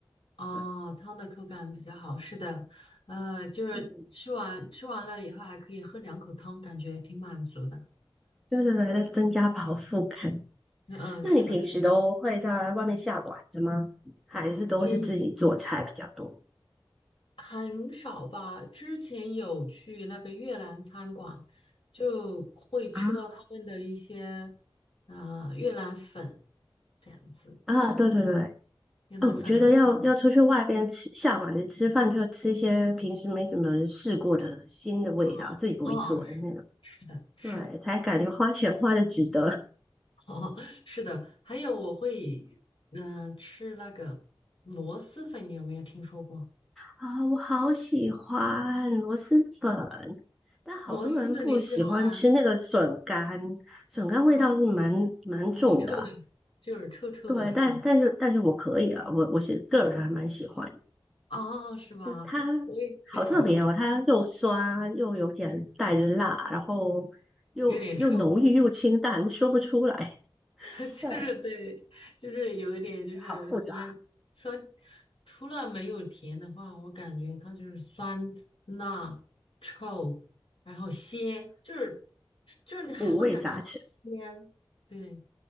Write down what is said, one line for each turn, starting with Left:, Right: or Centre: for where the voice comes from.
Left: 哦，
Centre: 对，
Left: 汤的口感比较好，是的，呃，就是吃完吃完了以后还可以喝两口汤，
Centre: 嗯，
Left: 感觉挺满足的。
Centre: 对对对，在增加饱腹感。
Left: <laughs> 嗯，
Centre: 那你平时都会在外面下馆子吗？
Left: 是的。
Centre: 还是都是自己做菜比较多？
Left: 诶，很少吧。之前有去那个越南餐馆，就会吃到他们的一些
Centre: 啊
Left: 呃越南粉这样子。
Centre: 啊，对对对，
Left: 越南粉很出名
Centre: 哦，我觉得要要出去外边吃下馆子吃饭，就要吃一些平时没怎么人试过的新的味道，
Left: 啊，
Centre: 自己不会做的那种，
Left: 哦哦，是的，是的，是的，
Centre: 对，才感觉花钱花的值得。
Left: <laughs> 哦，是的。还有我会嗯、呃吃那个螺蛳粉，你有没有听说过？
Centre: 啊，我好喜欢螺蛳粉，但好多人不喜欢吃那个笋干，
Left: 螺蛳粉你喜欢啊？
Centre: 笋干味道是蛮蛮重的啊
Left: 哦，臭臭的，就是臭臭的是吧？
Centre: 对，但但是但是我可以啊，我我是个人还蛮喜欢的
Left: 啊，是吧？
Centre: 就是它
Left: 我也可喜欢，
Centre: 好特别哦，它又酸又有点带着辣，然后又又浓郁又清淡，
Left: 有点臭。
Centre: 说不出来。
Left: <laughs> 就是对，
Centre: 对，
Left: 就是有一点就是酸酸，
Centre: 好复杂，
Left: 除了没有甜的话，我感觉它就是酸、辣、臭，然后鲜，就是就是你还会感觉到鲜，
Centre: 五味杂陈。
Left: 对，